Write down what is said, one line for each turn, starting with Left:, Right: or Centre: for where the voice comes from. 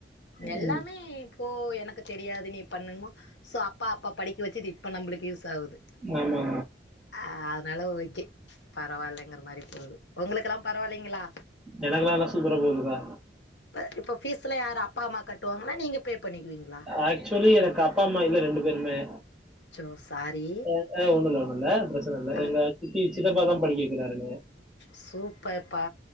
Left: எல்லாமே
Centre: ம்.
Left: இப்போ எனக்கு தெரியாது நீ பண்ணுமா சோ அப்பா அப்போ படிக்க வச்சது இப்ப நம்மளுக்கு யூஸ் ஆவுது
Centre: ஆமாமா
Left: ஆஹ் அதனால ஓக்கே பரவாயில்லைங்கிற மாரி போவுது உங்களுக்கெல்லா பரவாயில்லைங்களா
Centre: எனக்கலா நல்லா சூப்பர போதுதா
Left: இப்ப இப்போ ஃபீஸ்ஸலா யாரு அப்பா அம்மா கட்டுவாங்களா நீங்க பே பண்ணிக்குவீங்களா
Centre: ஆக்சுவலி எனக்கு அப்பா அம்மா இல்ல ரெண்டு பேருமே
Left: சோ சாரி
Centre: ஆஹ்ன் ஒண்ணுல்ல ஒண்ணுல்ல பிரச்சனை இல்ல
Left: அ
Centre: எங்க சித்தி சித்தப்பாதான் படிக்க வக்கிறாரு
Left: சூப்பர் பா